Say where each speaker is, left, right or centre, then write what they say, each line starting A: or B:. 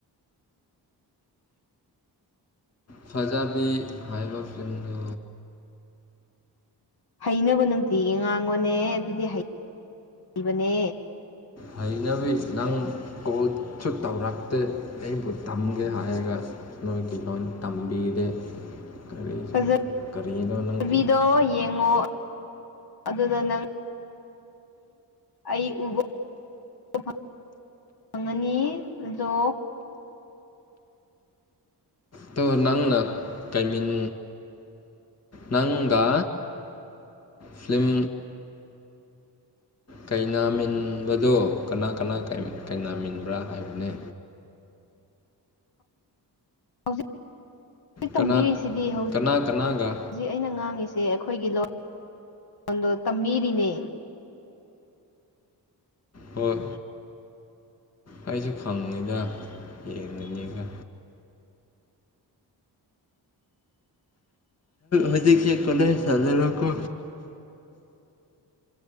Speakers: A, on the left (about 35°); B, on the left (about 65°).
A: ꯐꯖꯥꯕꯤ ꯍꯥꯏꯕ ꯐꯤꯂꯝꯗꯨ꯫
B: ꯍꯩꯅꯕ ꯅꯨꯡꯇꯤꯒꯤ ꯉꯥꯡꯉꯣꯅꯦ ꯑꯗꯨꯗꯤ ꯍꯩ ꯍꯩꯕꯅꯦ꯫
A: ꯍꯩꯅꯕꯤ ꯅꯪ
B: <inaudible>
A: ꯁꯨ ꯇꯧꯔꯛꯇꯦ ꯑꯩꯕꯨ ꯊꯝꯒꯦ ꯍꯥꯏꯔꯒ ꯅꯣꯏꯒꯤ ꯂꯣꯟ ꯇꯝꯕꯤꯗꯦ꯫ ꯀꯔꯤꯁꯨ
B: ꯐꯖꯕꯤꯗꯣ
A: ꯀꯔꯤꯅꯣ ꯅꯪꯁꯨ
B: ꯌꯦꯡꯉꯣ꯫ ꯑꯗꯨꯗ ꯅꯪ ꯑꯩ ꯎꯕ <unintelligible> ꯐꯪꯉꯅꯤ ꯑꯗꯣ
A: ꯑꯗꯣ ꯅꯪꯅ ꯀꯩꯃꯤꯟ ꯅꯪꯒ꯫ ꯐꯤꯂꯤꯝ꯫ ꯀꯩꯅꯥꯃꯤꯟꯕꯗꯣ ꯀꯅꯥ ꯀꯅꯥ ꯀꯩꯅꯥꯃꯤꯟꯕ꯭ꯔꯥ ꯍꯥꯏꯕꯅꯦ꫰
B: <inaudible> ꯍꯧꯖꯤꯛ ꯇꯝꯕꯤꯔꯤꯁꯤꯗꯤ
A: ꯀꯅꯥ
B: ꯍꯧ
A: ꯀꯅꯥ ꯀꯅꯥꯒ
B: ꯍꯧꯖꯤꯛ ꯑꯩꯅ ꯉꯥꯡꯉꯤꯁꯦ꯫ ꯑꯩꯈꯣꯏꯒꯤ ꯂꯣꯟ ꯂꯣꯟꯗꯣ ꯇꯝꯕꯤꯔꯤꯅꯦ꯫
A: ꯍꯣꯏ꯫ ꯑꯩꯁꯨ ꯈꯪꯉꯤꯗ ꯌꯦꯡꯉꯤꯅꯤꯒ꯫ ꯍꯧꯖꯤꯛꯁꯦ ꯀꯂꯦꯖ ꯆꯠꯂꯔꯣꯏꯀꯣ꯫